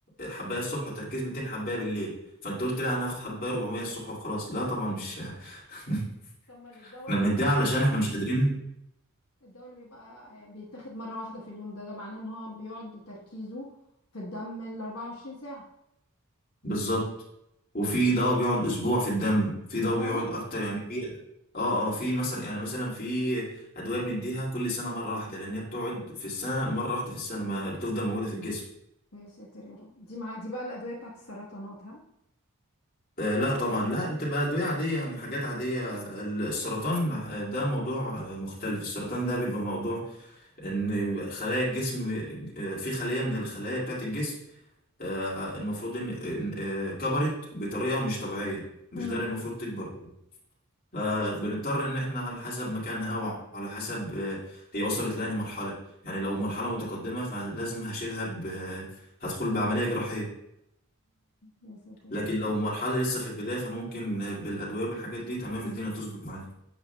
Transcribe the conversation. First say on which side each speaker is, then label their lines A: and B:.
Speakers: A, on the left; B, on the left.
A: حبايه الصبح وتركيز 200 حبايه بالليل فانت قلت لا انا هاخد حبايه 400 الصبح وخلاص لا طبعا مش <laughs>
B: طب ما الدواء
A: احنا
B: اللي
A: بنديها
B: بيبقى
A: علشان احنا مش قادرين
B: الدواء اللي بيبقى آه، بيتاخد مره واحده في اليوم ده ده معناه ان هو بيقعد تركيزه في الدم ال 24 ساعه
A: بالظبط وفي دواء بيقعد اسبوع في الدم في
B: ده
A: دواء
B: فعلا
A: بيقعد اكتر يعني في اه اه في مثلا يعني مثلا في ادويه بنديها كل سنه مره واحده لان هي بتقعد في السنه مره واحده في السنه ما بتفضل موجوده في الجسم
B: يا ساتر يا رب دي مع دي بقى الادويه بتاعت السرطانات ها
A: آه لا طبعا لا بتبقى ادويه عاديه يعني حاجات عاديه ال- السرطان آه، ده موضوع آه، مختلف السرطان ده بيبقى موضوع ان بيبقى خلايا الجسم آه، في خليه من الخلايا بتاعه الجسم آه، المفروض ان إن- آه، كبرت بطريقه مش طبيعيه مش
B: امم
A: ده اللي المفروض تكبر فبنضطر ان احنا على حسب مكانها وعلى حسب آه، هي وصلت لانهي مرحله يعني لو مرحله متقدمه فلازم هشيلها ب... هدخل بعمليه جراحيه
B: يا ساتر
A: لكن
B: يا رب
A: لو مرحله لسه في البدايه فانا ممكن آه، بالادويه والحاجات دي تمام الدنيا تظبط معايا